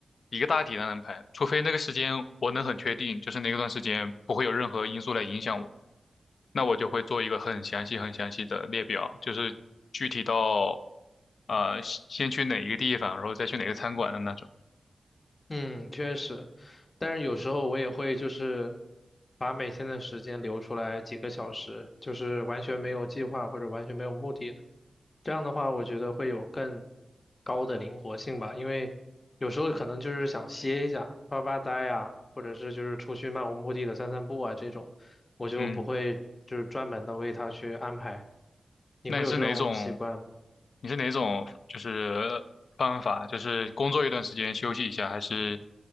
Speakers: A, on the left; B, on the left.
A: 一个大体的安排，除非那个时间我能很确定，就是那个段时间不会有任何因素来影响我，那我就会做一个很详细、很详细的列表，就是具体到呃先去哪一个地方，然后再去哪个餐馆的那种。
B: 嗯，确实，但是有时候我也会就是把每天的时间留出来几个小时，就是完全没有计划或者完全没有目的的。这样的话，我觉得会有更高的灵活性吧，因为有时候可能就是想歇一下、发发呆啊，或者是就是出去漫无目的的散散步啊这种，我就不会就是专门的为他去安排。
A: 嗯。
B: 你会有这种习惯吗？
A: 那你是哪种？你是哪种？就是方法，就是工作一段时间休息一下，还是